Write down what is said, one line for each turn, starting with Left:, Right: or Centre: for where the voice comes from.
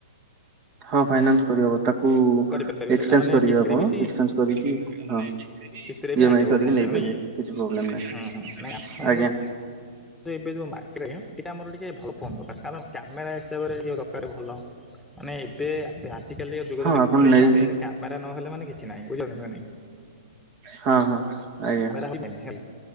Right: ହଁ ଫାଇନାଥ କରିହବ। ତାକୁ ଏକ୍ସଚେଞ୍ଜ
Centre: କରିପାରିବେ ସେଇଟା ମାନେ
Right: କରିବେ
Centre: କିସ୍ତିରେ
Right: ଆପଣ
Centre: ବି
Right: ଏକ୍ସଚେଞ୍ଜ କରିକି ହଁ।
Centre: କିସ୍ତିରେ
Right: ଇ
Centre: ବି ଆଣିହବ
Right: ଏମ୍ ଆଇ କରିକି
Centre: ଫୋନ୍ଟା
Right: ନେଇପାରିବେ
Centre: ନାଇଁ?
Right: କିଛି ପ୍ରୋବ୍ଲେମ୍ ନାହିଁ
Centre: ହୁଁ ହୁଁ ନାଇଁ ଆପଣଙ୍କ
Right: ଆଜ୍ଞା
Centre: ଏବେ ଯେଉଁ ମାର୍କେରେ ଟିକେ ଆମର ଟିକେ ଭଲ ଫୋନ୍ ଦରକାର କାରଣ କ୍ୟାମେରା ହିସାବରେ ଯୋଉ ଦରକାର ଭଲ। ମାନେ ଏବେ ଆବେ ଆଜିକାଲି ଯୁଗ
Right: ହଁ
Centre: ତ ଦେଖୁଥିବେ
Right: ଆପଣ ନେଇ
Centre: ଚାରିଆଡେ କ୍ୟାମେରା ନହେଲେ ମାନେ କିଛି ନାହିଁ, ବୁଝି ପାରୁଛ ନା ନାହିଁ?
Right: ହଁ ହଁ ଆଜ୍ଞା।
Centre: ହଉଛି ମେନ୍ ହେଲା